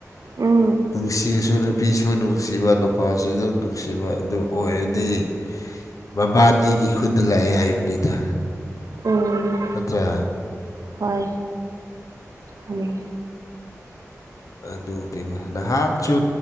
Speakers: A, on the right; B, on the left.
A: ꯎꯝ
B: ꯅꯨꯡꯁꯤꯔꯁꯨ ꯅꯨꯄꯤꯁꯨ ꯅꯨꯡꯁꯤꯕ ꯅꯨꯄꯥꯁꯨ ꯑꯗꯨꯝ ꯅꯨꯡꯁꯤꯕ ꯑꯗꯨ ꯑꯣꯏꯔꯗꯤ ꯕꯕꯥꯅꯤꯒꯤ ꯈꯨꯗ ꯂꯩꯌꯦ ꯍꯥꯏꯕꯅꯤꯗ
A: ꯎꯝ
B: ꯅꯠꯇ꯭ꯔꯥ
A: ꯍꯣꯏ ꯍꯣꯏꯌꯦ
B: ꯑꯗꯨꯗꯤ ꯃꯥ ꯅꯍꯥꯟꯁꯨ